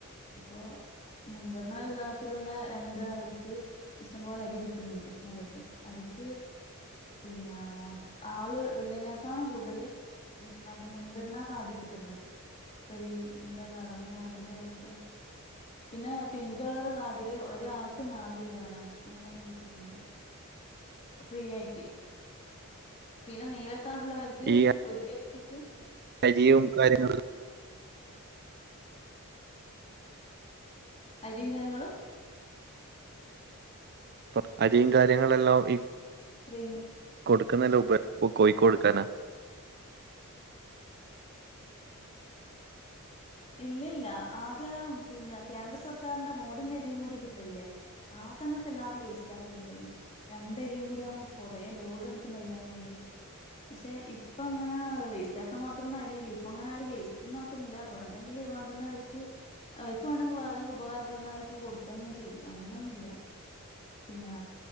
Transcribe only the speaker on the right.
ഈ
അരിയും കാര്യങ്ങളും
ഇപ്പ അരിയും കാര്യങ്ങളെല്ലാം ഈ
കൊടുക്കുന്നതിന് മുൻപെ കോഴിക്ക് കൊടുക്കാനാ